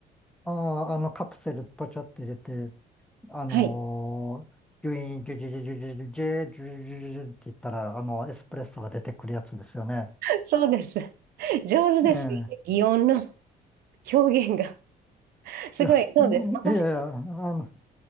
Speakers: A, in the centre; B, on the right (about 65°).
A: ああ、あの、カプセルポチョって入れて、あのー、
B: はい。
A: ギュイーン、ギュギュギュギュギュギュギュギュギュギュギュって言ったら、あの、エスプレッソが出てくるやつですよね。
B: <laughs> そうです。上手ですね。
A: ええ。
B: 擬音の表現が。<laughs> すごい、
A: いや、
B: そうです。私、
A: いやいや、あの、